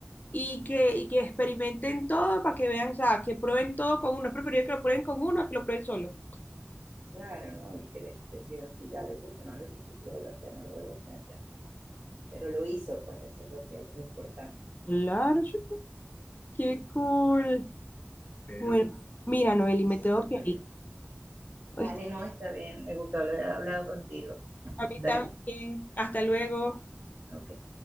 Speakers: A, on the left; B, on the right.
A: y que, y que experimenten todo para que vean, o sea, que prueben todo con uno. Es preferible que lo prueben con uno a que lo prueben solo.
B: Claro, ¿no? Y que le decida si ya le gusta, no le gusta, si lo vuelve a hacer, no lo vuelve a hacer, ya. Pero lo hizo, pues eso es lo que es lo importante.
A: Claro, chica, qué cool. Bueno,
B: Sí, sí, sí.
A: mira, Noeli, me
B: Súper
A: tengo que ir.
B: bien.
A: ¿oíste?
B: Vale, no, está bien. Me gustó haber hablado contigo.
A: A mí
B: Dale,
A: también. Hasta luego.
B: ok.